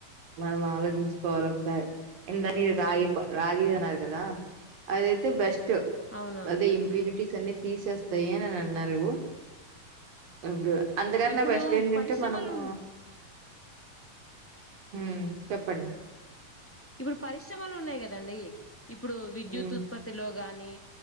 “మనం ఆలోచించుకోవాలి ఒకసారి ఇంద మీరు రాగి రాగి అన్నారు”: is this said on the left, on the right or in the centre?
Right